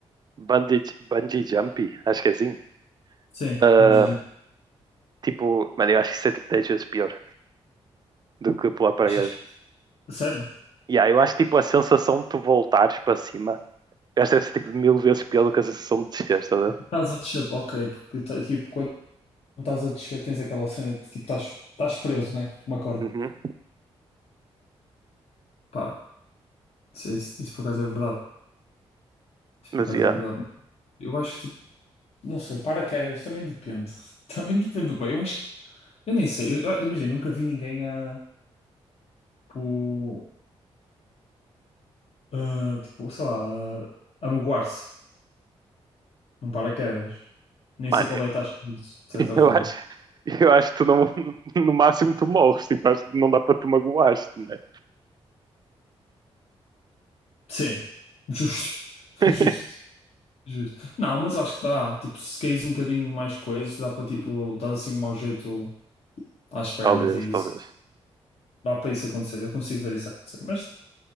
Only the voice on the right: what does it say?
bungee, bungee jumping, acho que é assim.
Ah,
tipo, mano, eu acho que isso é tipo 10 vezes pior do que pular paraquedas.
E aí eu acho tipo a sensação de tu voltares para cima, eu acho que deve ser tipo mil vezes pior do que a sensação de descer, estás a ver?
Uhum,
mas
yeah.
Mano,
<laughs>
Eu
acho, eu acho que tu não, no máximo tu morres, tipo, acho que não dá para tu magoaste, né?
<laughs>
Talvez,
talvez.